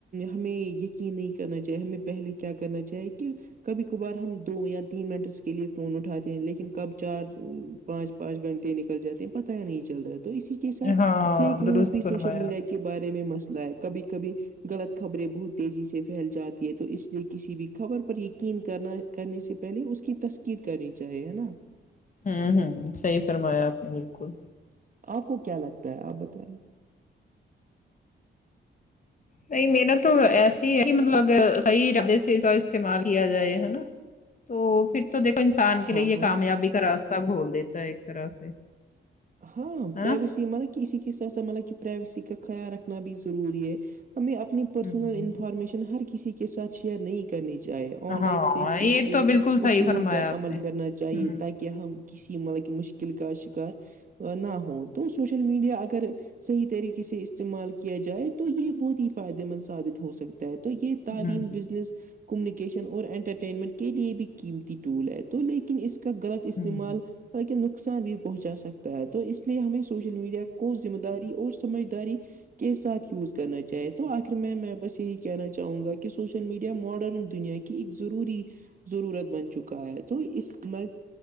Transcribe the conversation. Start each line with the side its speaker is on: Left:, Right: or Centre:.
Right: ہمیں یقین نہیں کرنا چاہیے ہمیں پہلے کیا کرنا چاہے کہ کبھی کبھار ہم دو یا تین منٹ اس کے لیے فون اٹھاتے ہیں لیکن کب چار پانچ پانچ گھنٹے نکل جاتے ہیں پتا نہیں چل رہتا ہے تو اسی کے ساتھ
Left: ہاں
Right: فیک نیوز
Left: درست
Right: بھی
Left: فرمایا
Right: سوشل میڈیا کی بارے میں مسئلہ ہے کبھی کبھی غط خبریں بہت تیزی سے پھیل جاتی ہے تو اس لیے کسی بھی خبر پر یقین کرنا کرنے سے پہلے اس کی تسکید کرنی چاہیے ہے نا
Left: ہوں ہوں صحی فرمایا آپ نے بالکل
Right: آپ کو کیا لگتا ہے آپ بتائیں
Left: نہیں میرا تو ایسے ہی ہے کہ مطلب صحی عرادے سے استعمال کیا جائے ہےا تو پھر تو دیکھو انسان کے لیے
Right: ہاں
Left: یہ
Right: ہاں
Left: کامیابی کا راستہ بھول دیتا ہے ایک طرح سے
Right: ہاں
Left: ہے
Right: پرائیویسی
Left: نا
Right: مطلب کہ اسی کے ساتھ س مطلب کہ پرائیویسی کا خیال رکھنا بھی ضروری ہے ہمیں اپنی پرسنل
Left: ہوں
Right: انفارمیشن ہر کسی کے ساتھ شیئر نہیں کرنی چاہے
Left: ہاں
Right: آن لائن سیفٹی
Left: یہ
Right: کے
Left: تو بالکل صحیح
Right: اصولوں
Left: فرمایا
Right: پر
Left: آپ
Right: عمل
Left: نے
Right: کرنا چاہیے
Left: ہوں
Right: تاکہ کہ ہم کسی مطلب مشکل کا شکار نہ ہوں تو سوشل میڈیا اگر صحیح طریقے سے استعمال کیا جائے تو یہ بہت ہی فائدے مند ثابت ہو سکتا ہے تو یہ تعلیم
Left: ہوں
Right: بزنس کمیونیکیشن اور انٹرٹینمنٹ کے لیے بھی قیمتی ٹول ہے تو لیکن اس کا غلط استعمال
Left: ہوں
Right: تک نقصان بھی پہنچا سکتے ہے تو اس لیے ہمیں سوشل میڈیا کو ذمہ داری اور سمجھداری کے ساتھ یوز کرنا چاہے تو آخر میں میں بس یہی کہنا چاہوں گا کہ سوشل میڈیا ماڈرن دنیا کے کہ ایک ضروری ضرورت بن چکا ہے تو اس مر